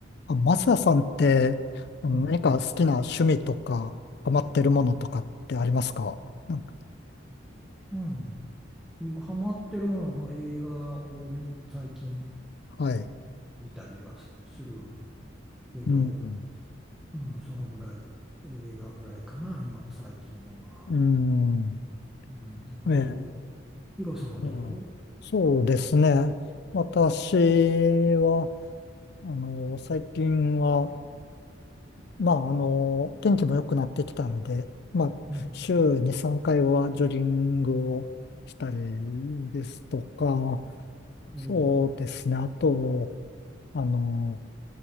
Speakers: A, on the left; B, in the centre.
A: あ、マサさんって、あの何か好きな趣味とか、
B: うん、
A: ハマってるものとかってありますかなんか、
B: うんハマってるものは、まあ、映画を見最近
A: はい。
B: 見たりはするけど、
A: うん。
B: うん、そのぐらい、映画ぐらいかな、今、最近は。
A: うん。
B: うん、
A: ええ。
B: えー、ヒロさんはどう
A: まあ、そうですね。私は、あの、最近は、まあ、あの、天気も良くなってきたんで、まあ、
B: うん、
A: 週2、3回はジョギングをしたりですとか、
B: おう
A: そうですね。あと、あの、